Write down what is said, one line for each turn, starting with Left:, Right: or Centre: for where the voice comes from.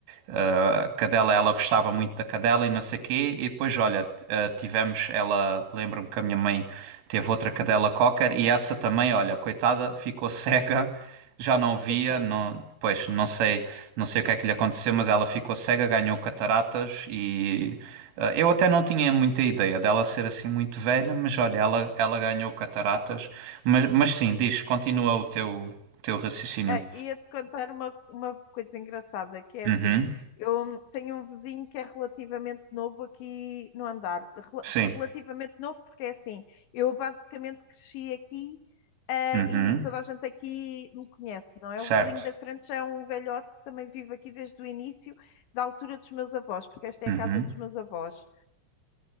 Right: ah, a cadela, ela gostava muito da cadela e não sei quê. E depois, olha, t- ah, tivemos, ela, lembro-me que a minha mãe teve outra cadela cocker e essa também, olha, coitada, ficou <laughs> cega já não via,
Left: coitada.
Right: não, pois não sei, não sei o que é que lhe aconteceu, mas ela ficou cega, ganhou cataratas e eh, eu até não tinha muita ideia dela ser assim muito velha, mas olha, ela, ela ganhou cataratas, mas, mas sim, diz, continua o teu, teu raciocínio.
Left: Ah, ia-te contar uma, uma coisa engraçada, que é
Right: Uhum,
Left: assim, eu tenho um vizinho que é relativamente novo aqui no andar. Rel-
Right: sim,
Left: Relativamente novo porque é assim, eu basicamente cresci aqui, ah,
Right: uhum,
Left: e toda a gente aqui me conhece, não é?
Right: certo,
Left: O vizinho da frente já é um velhote que também vive aqui desde o início, da altura dos meus avós, porque esta
Right: uhum,
Left: é a casa dos meus avós